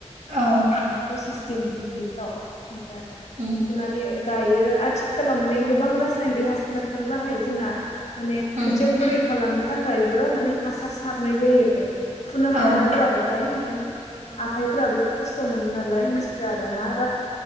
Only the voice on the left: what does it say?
आरो आ पसिसदिन बिदिफोराव ओमफाय
फुनानै गायो आथिखालाव माने गोबां रासायनिक हासारफोर बाहायो जोंना माने
खोथिया गुरै खालामनो थाखायबो माने हासार सारनाय जायो फुनो हायाना
गोराबाथाय ओमफ्राय
आखाइफ्राबो खस्थ' मोनो नालाय मानसिफ्रा दाना